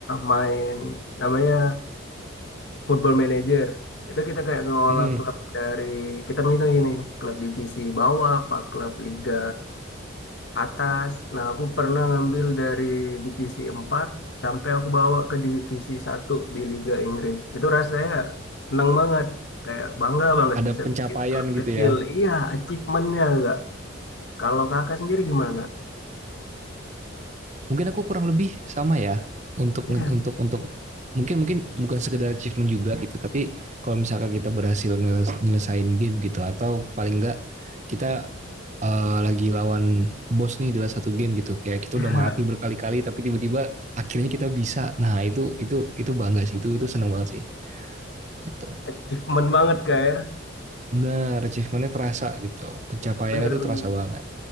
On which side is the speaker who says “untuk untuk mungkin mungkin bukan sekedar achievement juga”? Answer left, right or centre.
Right